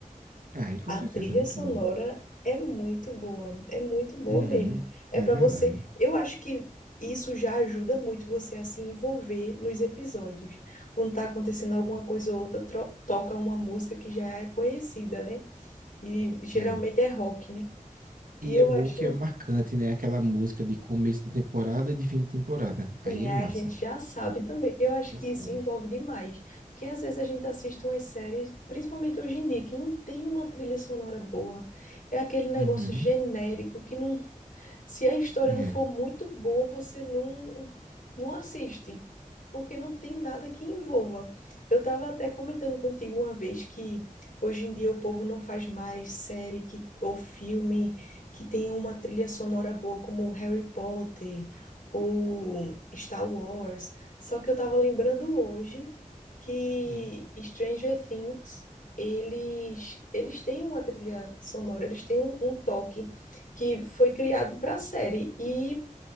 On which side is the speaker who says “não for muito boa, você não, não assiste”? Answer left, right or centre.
Left